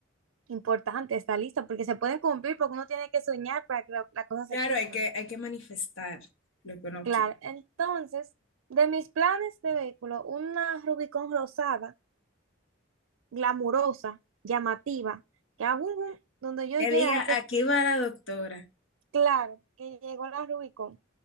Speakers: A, on the right (about 80°); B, on the left (about 75°).
A: Importante esta lista porque se pueden cumplir, porque uno tiene que soñar para que la- las cosas
B: Claro,
A: se cumplan.
B: hay que, hay que manifestar lo que uno
A: Claro,
B: quiere.
A: entonces, de mis planes de vehículo, una Rubicon rosada, glamurosa, llamativa, que aún donde yo
B: Que
A: llegue
B: diga,
A: la gente
B: aquí va la doctora.
A: Claro, que llegó la Rubicon.